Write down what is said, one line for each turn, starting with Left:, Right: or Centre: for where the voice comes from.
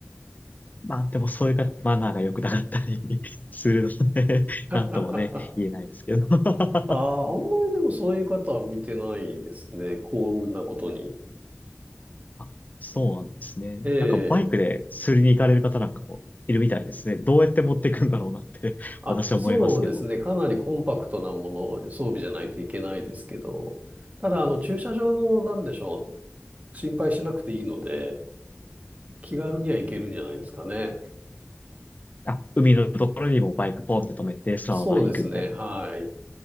Left: まあでもそういう方、マナーが良くなかったり <laughs> するのでなんともね、
Right: <laughs> あ
Left: 言えないですけど <laughs>
Right: あ、あんまりでもそういう方は見てないですね。幸運なことに。
Left: あ、そうなんですね。
Right: ええ。
Left: なんかバイクで釣りに行かれる方なんかもいるみたいですね。どうやって持っていくんだろうなって <laughs>
Right: あ、
Left: 私は思いますけど。
Right: そうですね。かなりコンパクトなもの、装備じゃないといけないですけど。ただ、あの、駐車場の、なんでしょう。心配しなくていいので、気軽には行けるんじゃないですかね。
Left: あ、海のところにもバイクポンって止めて、そのまま行くみたいな。
Right: そうですね。はい。